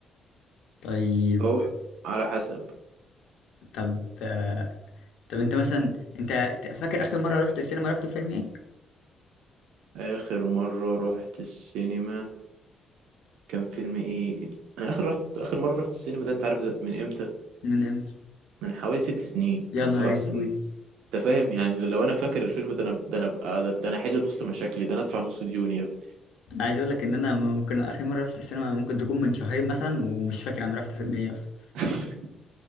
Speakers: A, on the left; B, on the right.
A: طيب
B: هو على حسب
A: طب آه، طب انت مثلا انت فاكر اخر مره رحت السينما رحت فيلم ايه
B: اخر مره رحت السينما كان فيلم ايه انا اخر رحت اخر مره رحت السينما ده انت عارف ده من امتى
A: من امتى
B: من حوالي ست سنين
A: يا
B: او
A: نهار
B: سبع سنين
A: اسود
B: انت فاهم يعني لو انا فاكر الفيلم ده انا ده انا أبقى- ده ده انا احل نص مشاكلي ده انا ادفع نص ديوني يا ابني
A: انا عايز اقول لك ان انا ممكن اخر مره رحت السينما ممكن تكون من شهرين مثلا ومش فاكر انا رحت فيلم ايه اصلا
B: <laughs>